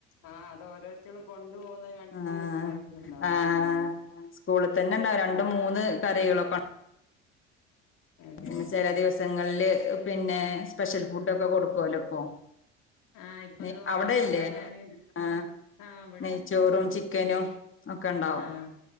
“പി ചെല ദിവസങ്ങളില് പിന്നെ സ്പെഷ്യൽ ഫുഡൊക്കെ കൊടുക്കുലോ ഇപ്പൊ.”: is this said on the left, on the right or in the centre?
Left